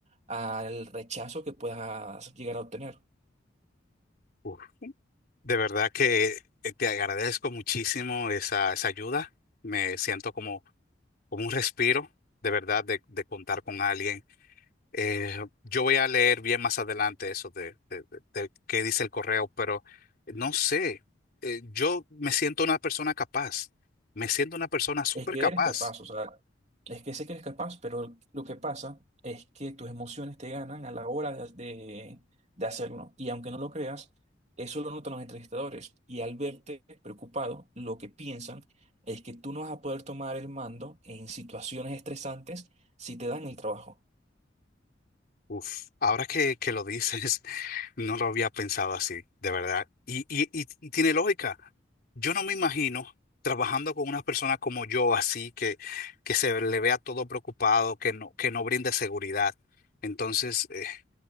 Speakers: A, on the right; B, on the left.
A: al rechazo que puedas llegar a obtener.
B: Uf. De verdad que eh, te agradezco muchísimo esa, esa ayuda. Me siento como, como un respiro, de verdad, de, de contar con alguien. Eh, yo voy a leer bien más adelante eso de, de, de- de qué dice el correo, pero no sé. Eh, yo me siento una persona capaz. Me siento una persona súper
A: Es que
B: capaz.
A: eres capaz, o sea, es que sé que eres capaz, pero lo que pasa es que tus emociones te ganan a la hora de, de, de hacerlo. Y aunque no lo creas, eso lo notan los entrevistadores. Y al verte preocupado, lo que piensan es que tú no vas a poder tomar el mando en situaciones estresantes si te dan el trabajo.
B: Uf, ahora que, que lo dices, <laughs> no lo había pensado así, de verdad. Y, y, y, y tiene lógica. Yo no me imagino trabajando con una persona como yo, así, que, que se le vea todo preocupado, que no, que no brinde seguridad. Entonces, eh,